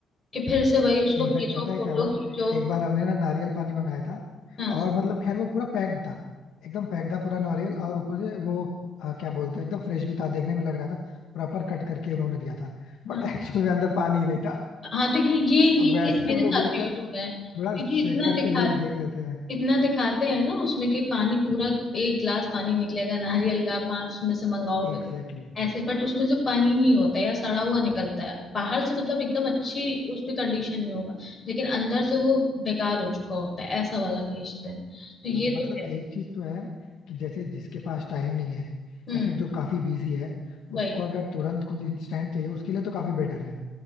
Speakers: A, on the left (about 35°); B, on the left (about 80°).
A: कि फिर से वही उसको
B: इनफैक्ट
A: भेजो
B: पता है
A: फोटो
B: क्या हुआ
A: खींचो
B: एक बार हमने ना नारियल पानी मंगाया था
A: हाँ
B: और मतलब खैर वो पूरा पैक्ड था एकदम पैक्ड था पूरा नारियल और ऊपर से वो आ, क्या बोलते हैं एकदम फ्रेश भी था देखने में लग रहा था प्रॉपर कट करके उन्होंने दिया था बट
A: हाँ।
B: <laughs> एक्चुअल में अंदर पानी ही नहीं था
A: हाँ तो ये ये ये
B: वैसे
A: केस मेरे
B: हम
A: साथ
B: लोग लेते
A: भी
B: हैं
A: हो चुका
B: तो
A: है
B: थोड़ा
A: क्योंकि इतना
B: शेक करके
A: दिखा
B: ले देख लेते हैं
A: इतना दिखाते हैं ना उसमें कि पानी पूरा एक गिलास पानी निकलेगा नारियल का आप वहाँ उसमें से मंगाओगे
B: Exactly
A: तो।
B: exactly.
A: ऐसे बट उसमें से पानी नहीं होता या सड़ा हुआ निकलता है बाहर से मतलब एकदम अच्छी उसमें कंडीशन में होगा लेकिन अंदर से वो बेकार हो चुका होता है ऐसा वाला भेजते हैं तो ये
B: हाँ, मतलब
A: तो है
B: एक चीज तो है कि जैसे जिसके पास टाइम नहीं है
A: हम्म
B: या फिर जो काफी बिजी है
A: वही
B: उसको अगर तुरंत कुछ इंस्टेंट चाहिए उसके लिए तो काफी बेटर है